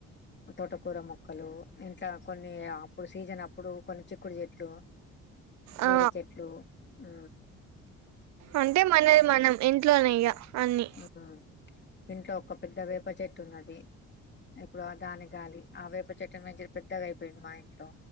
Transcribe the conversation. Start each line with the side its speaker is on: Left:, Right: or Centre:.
Left: తోటకూర మొక్కలు ఇంట్లా కొన్ని అప్పుడు సీజన్ అప్పుడు కొన్ని చిక్కుడు చెట్లు బీర
Right: ఆ
Left: చెట్లు ఊ
Right: అంటే మనది మనం ఇంట్లోనే ఇక అనీ
Left: ఉమ్ ఇంట్లో ఒక పెద్ద వేప చెట్టు ఉన్నది ఇప్పుడు దాని గాలి ఆ వేపు చెట్టు మంచి పెద్దగా అయిపోయింది మా ఇంట్లో